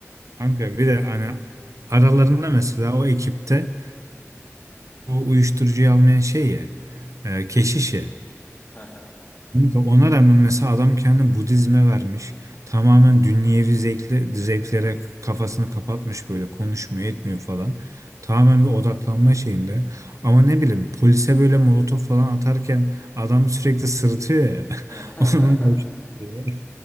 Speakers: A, on the right; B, on the left.
A: Kanka bir de hani aralarında mesela o ekipte o uyuşturucuyu almayan şey ya e, keşiş ya.
B: Hı hı.
A: Kanka Ona rağmen mesela adam kendini Budizme vermiş. Tamamen dünyevi zevkle, zevklere kafasını kapatmış böyle konuşmuyor etmiyor falan. Tamamen bir odaklanma şeyinde. Ama ne bileyim polise böyle molotof falan atarken adam sürekli sırıtıyor ya.
B: <laughs>
A: <laughs> Onun da hoşuna gidiyor.